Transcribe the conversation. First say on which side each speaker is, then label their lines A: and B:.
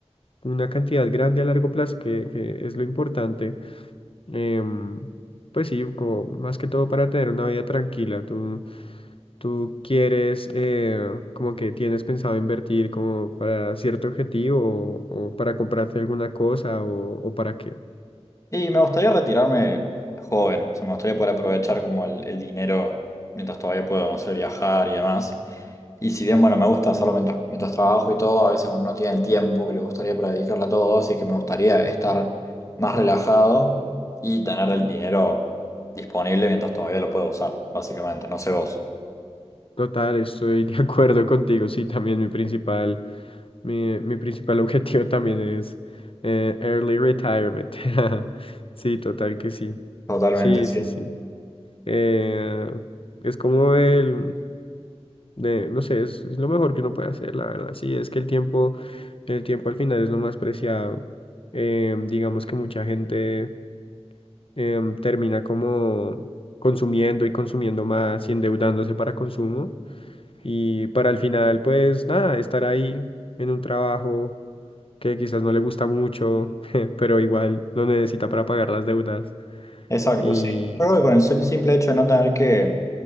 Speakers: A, on the left; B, on the left.
A: una cantidad grande a largo plazo, que, que es lo importante. Em, pues sí, como más que todo para tener una vida tranquila. ¿Tú, ¿Tú quieres, eh, como que tienes pensado invertir como para cierto objetivo o, o para comprarte alguna cosa o, o para qué?
B: Y me gustaría retirarme joven, o sea, me gustaría poder aprovechar como el, el dinero mientras todavía puedo, no sé, viajar y demás. Y si bien, bueno, me gusta hacerlo mientras, mientras trabajo y todo, a veces uno no tiene el tiempo que le gustaría para dedicarle a todo, así que me gustaría estar más relajado y tener el dinero disponible mientras todavía lo puedo usar, básicamente, no sé vos.
A: Total, estoy de <laughs> acuerdo contigo. Sí, también mi principal, mi, mi principal <laughs> objetivo también es eh, early retirement. <laughs> Sí, total que sí.
B: Totalmente,
A: Sí,
B: sí.
A: sí, sí. Eh, es como el, de, no sé, es, es lo mejor que uno puede hacer, la verdad. Sí, es que el tiempo, el tiempo al final es lo más preciado. Eh, digamos que mucha gente eh, termina como consumiendo y consumiendo más y endeudándose para consumo y para al final, pues nada, estar ahí en un trabajo que quizás no le gusta mucho, <laughs> pero igual lo necesita para pagar las deudas
B: Exacto,
A: y,
B: sí. Yo creo que con el sol- simple hecho de no tener que...